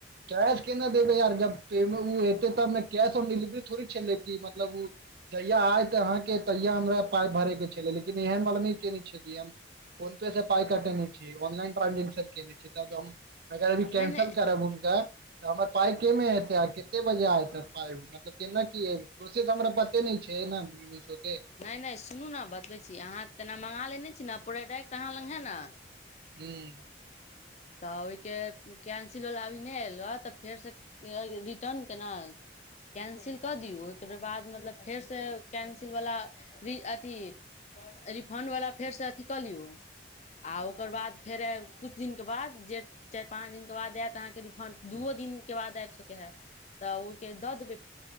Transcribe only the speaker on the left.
नहि
नहि
नहि नहि सुनू न बतबै छी अहाँ तेना मँगा लेने छी ने प्रोडक्ट अहाँ लंग है नऽ
तऽ ओहिके कैंसिल वला अभी नहि एलै रहऽ तऽ फेरसँ रिटर्न केना कैंसिल कऽ दियौ ओकर बाद मतलब फेरसँ कैंसिलवला री अथि रिफण्डवला फेरसँ अथी कऽ लियौ आ ओकर बाद फेर किछु दिन ओकर बाद चारि पाँच दिनक बाद अहाँके रिफण्ड आयत रिफण्ड दूओ दिनके बाद आबि सकै है तऽ ओहिके दऽ देबै